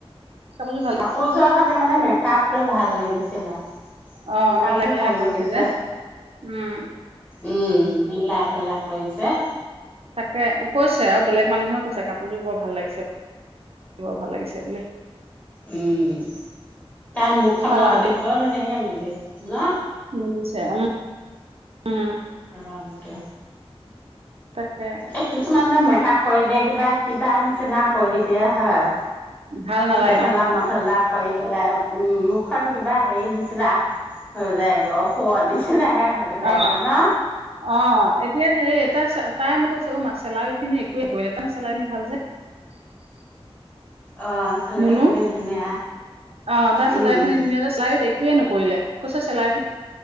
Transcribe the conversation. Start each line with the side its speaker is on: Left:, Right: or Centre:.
Right: কাপোৰযোৰ ভাল
Left: কাপোৰযোৰ <unintelligible> তে মানে মেক-আপটো ভাল লাগিছিলে।
Right: অ
Left: মেক-আপটো
Right: মিলাই পেলাই
Left: ভাল
Right: কৰিছে
Left: লাগিছে।
Right: যে উম
Left: উম মিলাই পেলাই কৰিছে
Right: তাকে কৈছে আৰু বেলেগ মানুহেও কৈছে কাপোৰযোৰ বৰ ভাল লাগি বৰ ভাল লাগিছে বুলি
Left: উম তাৰ মুখ খনত
Right: কালাৰটো
Left: খালী বৰ ধুনীয়াকে মিলিছে হেল
Right: মিলিছে উম উম
Left: ৰংটো
Right: তাকে
Left: এই কিছুমান যে মেকপ কৰি দিয়ে কিবা কিবা নিচিনা কৰি দিয়া হয়
Right: ভাল নালাগে
Left: জধলা
Right: উম
Left: মধলা কৰি পেলাই উম মুখখন কিবা হেৰি নিচিনা হৈ যায় গ শুৱ নিচিনা লাহে হৈ যায়গ
Right: অ
Left: ন
Right: অ এতিয়া হেৰি তাই, তাই কৈছ অ মাচেলাৰ খিনি যে <unintelligible>
Left: অ চেলাই
Right: মুনু
Left: খিনি
Right: অ
Left: ধুনীয়া
Right: তাৰ
Left: উম
Right: চেলাউৰি খিনি
Left: উম
Right: ধুনীয়া যে চেলাউৰিত একোৱে নকৰিলে কৈছে চেলাউৰি খিনি।